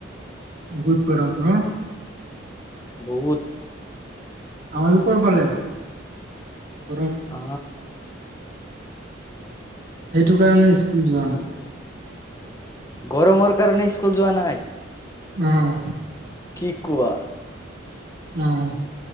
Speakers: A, on the right (about 50°); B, on the left (about 20°).
A: বহুত গৰম ন
B: বহুত।
A: আমালোকৰ ফালেও। পৰম।
B: অ
A: সেইটো কাৰণে স্কুল যোৱা নাই।
B: গৰমৰ কাৰণে ইস্কুল যোৱা নাই।
A: উম।
B: কি কোৱা?
A: উম।